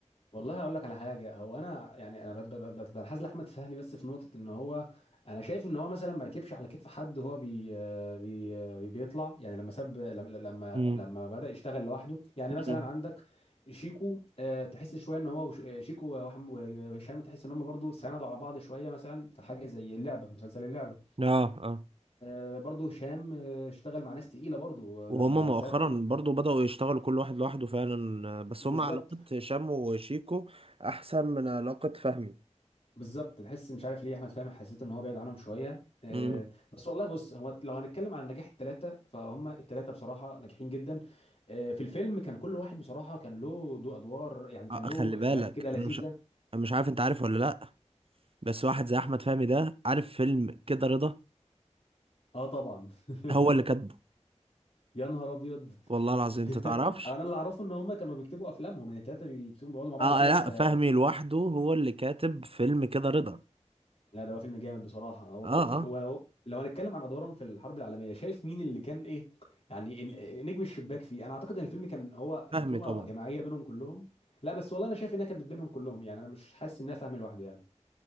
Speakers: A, on the left; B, on the right.
A: والله هقول لك على حاجه هو انا يعني انا بت- بت- بت- بنحاز لاحمد فهمي بس في نقطه ان هو انا شايف ان هو مثلا ما ركبش على كتف حد وهو بي آه، بي آه، بيطلع يعني لما ساب لما لما
B: امم
A: لما بدا يشتغل لوحده يعني
B: امم
A: مثلا عندك شيكو آه، تحس شويه ان هو وش- آه، شيكو وأحم- وهشام تحس ان هم برضو ساندوا على بعض شويه مثلا في حاجه زي اللعبه مسلسل اللعبه
B: اه اه
A: آه، برضو هشام آه، اشتغل مع ناس تقيله برضو آه،
B: وهما
A: لما
B: مؤخرا
A: ساب
B: برضو بدأوا يشتغلوا كل واحد لوحده فعلا بس
A: بالظبط
B: هما علاقة هشام وشيكو أحسن من علاقة فهمي
A: بالظبط تحس مش عارف ليه احمد فهمي حسيت ان هو بعيد عنهم شويه آه،
B: امم
A: بس والله بص هو لو هنتكلم عن نجاح الثلاثه فهم الثلاثه بصراحه ناجحين جدا آه، في الفيلم كان كل واحد بصراحه كان له دو ادوار يعني كان
B: آه،
A: له
B: خلي بالك
A: افيهات كده لذيذه
B: أنا مش أنا مش عارف أنت عارف ولا لأ بس واحد زي أحمد فهمي ده عارف فيلم كده رضا
A: اه طبعا <laughs>
B: هو اللي كاتبه
A: يا نهار ابيض
B: والله العظيم
A: <laughs>
B: أنت تعرفش
A: انا اللي اعرفه ان هم كانوا بيكتبوا افلامهم يعني الثلاثه بيكتبوا بيقعدوا مع بعض
B: أه
A: كده
B: لأ
A: في
B: فهمي لوحده هو اللي كاتب فيلم كده رضا
A: لا ده هو فيلم جامد بصراحة هو
B: أه أه
A: هو لو لو هنتكلم عن أدوارهم في الحرب العالمية شايف مين اللي كان إيه يعني ال- نجم الشباك فيه أنا أعتقد إن الفيلم كان هو
B: فهمي
A: بطولة
B: طبعا
A: جماعية بينهم كلهم لا بس والله أنا شايف إنها كانت بينهم كلهم يعني أنا مش حاسس إنها فاهم لوحده يعني